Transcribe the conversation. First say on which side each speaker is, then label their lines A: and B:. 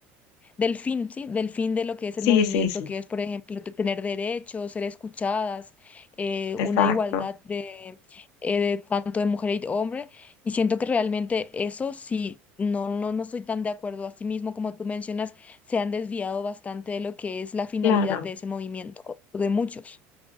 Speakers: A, on the left; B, on the left.
A: del fin, ¿sí? Del fin de lo que es
B: sí,
A: el movimiento,
B: sí, sí,
A: que es, por ejemplo, te- tener derechos, ser escuchadas, eh,
B: exacto,
A: una igualdad de, eh, de tanto de mujer y hombre. Y siento que realmente eso sí, no, no, no estoy tan de acuerdo. Asimismo, como tú mencionas, se han desviado bastante de lo que es la finalidad
B: claro.
A: de ese movimiento, o de muchos.